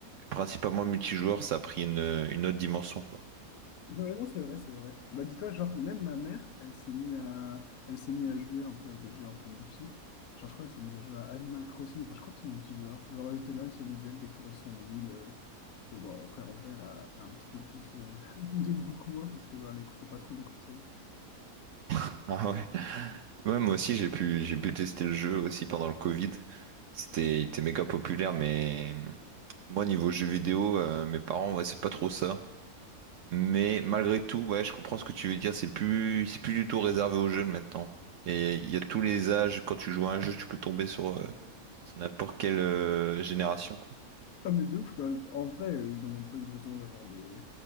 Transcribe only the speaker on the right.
principalement le multijoueur, ça a pris une, une autre dimension, quoi.
<laughs> Ah ouais. Ouais, moi aussi, j'ai pu, j'ai pu tester le jeu aussi pendant le Covid. C'était, il était méga populaire, mais. Moi, niveau jeux vidéo, euh, mes parents, ouais, c'est pas trop ça. Mais malgré tout, ouais, je comprends ce que tu veux dire. C'est plus, c'est plus du tout réservé aux jeunes maintenant. Et il y a tous les âges. Quand tu joues à un jeu, tu peux tomber sur, euh, sur n'importe quelle euh, génération, quoi.